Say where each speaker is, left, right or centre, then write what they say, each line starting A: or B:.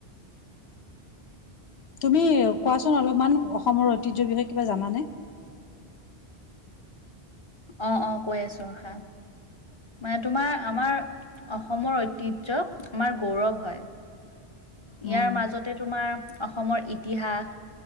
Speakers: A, on the left (about 75°); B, on the left (about 30°).
A: তুমি কোৱাচোন অলপমান অসমৰ ঐ- তিহ্যৰ বিষয়ে কিবা জানানে?
B: অঁ অঁ কৈ আছো ৰখা। মানে তোমাৰ আমাৰ অসমৰ ঐতিহ্য আমাৰ গৌৰৱ হয়। ইয়াৰ
A: উম,
B: মাজতে তোমাৰ অসমৰ ইতিহাস-